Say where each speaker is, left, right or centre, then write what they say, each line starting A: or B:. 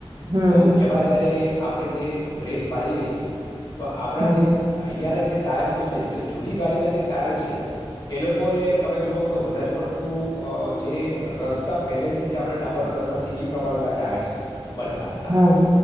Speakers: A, on the right (about 45°); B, on the left (about 45°).
A: હમ
B: તો એવા જયારે આપણે જે બ્રેક મારીએ છીએ. તો આપડા
A: હમ
B: જે અહીયાલા જે ટાયર્સો છે એટલે જૂની ગાડીના જે ટાયર છે એ લોકોને તમે જુઓ કે વધારે પડતું જે રસ્તા પહેલેથી જે આપણે ડાબરના રસ્તા છે ઈ પ્રમાણેના ટાયર્સ બનેલા હતા
A: હમ